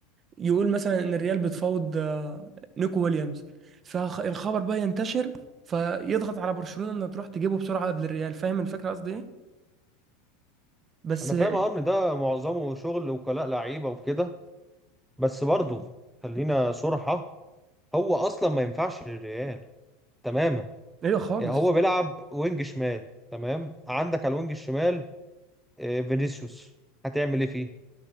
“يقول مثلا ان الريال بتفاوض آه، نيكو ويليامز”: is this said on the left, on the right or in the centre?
Right